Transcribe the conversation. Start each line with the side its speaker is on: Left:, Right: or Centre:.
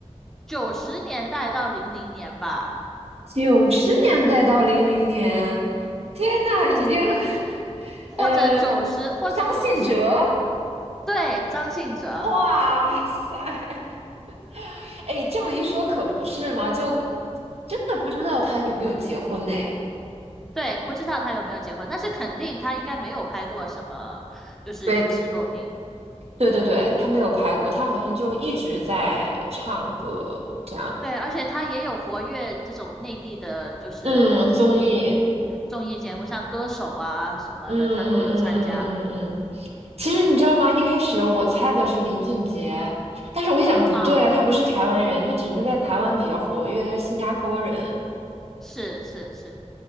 Centre: 九十年代到零零年吧，
Right: 九十年代到零零年，天呐，已经，<laughs>
Centre: 或者九十或者九十，
Right: 呃，张信哲，
Centre: 对，张信哲，
Right: 哇塞，哎，这么一说可不是嘛，就真的不知道他有没有结婚呢？
Centre: 对，不知道他有没有结婚，但是肯定他应该没有拍过什么就是影视作品，
Right: 对，对对对，他没有拍过，他好像就一直在唱歌，这样，
Centre: 对，而且他也有活跃这种内地的，就是
Right: 嗯，综艺，
Centre: 综艺节目，像歌手啊什么的，
Right: 嗯嗯嗯嗯嗯嗯，
Centre: 他都有参加
Right: 其实你知道吗？一开始我猜的是林俊杰，但是我一想不对啊，
Centre: 啊，
Right: 他不是台湾人，他只是在台湾比较活跃，他是新加坡人
Centre: 是是是，